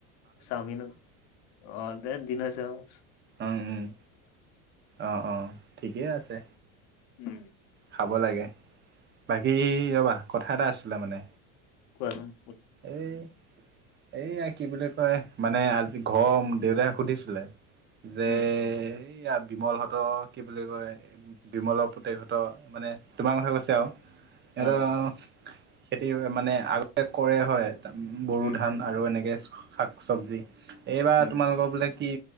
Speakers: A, on the left; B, on the right.
A: চাউমিন অ দে দি <unintelligible>
B: উম, উম, অ', অ', ঠিকেই আছে।
A: উম
B: খাব লাগে, বাকী ৰ'বা কথা এটা আছিলে মানে।
A: কোৱা চোন?
B: এই এইয়া কি বুলি কয় মানে আজি ঘৰৰ দেউতাই সুধিছিলে যে
A: উম
B: এয়া বিমল হতৰ কি বুলি কয় বিমলৰ পুতেক হতৰ, মানে তোমাৰ কথা কৈছে আৰু। সিহঁতৰ
A: অ
B: খেতি মানে আগতে কৰে হয় বড়ো
A: উম,
B: ধান। আৰু এনেকে শাক চবজি, এইবাৰ
A: উম,
B: তোমালোকৰ বোলে কি